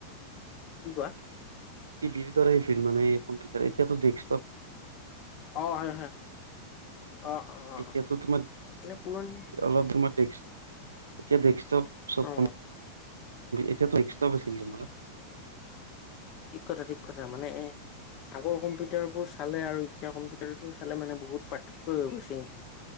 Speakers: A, on the left; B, on the right.
A: কি কোৱা?
B: টিভিৰ দৰে আছিল মানে কম্পিউটাৰ! এতিয়াতো ডেক্স
A: অ', হয়, হয়, হয়। অ অ অ
B: এতিয়াতো
A: অ
B: তোমাক,
A: মানে পুৰণি
B: অলপ তোমাক ডেক্স, এতিয়া ডেক্সটপ চব
A: অ
B: ক এতিয়াটো ডেস্কটপ আছিল তোমাৰ।
A: ঠিক কথা, ঠিক কথা, মানে আগৰ কম্পিউটাৰবোৰ চালে আৰু এতিয়াৰ কম্পিউটাৰ <unintelligible> চালে মানে বহুত পাৰ্থক্যই হৈ গৈছে।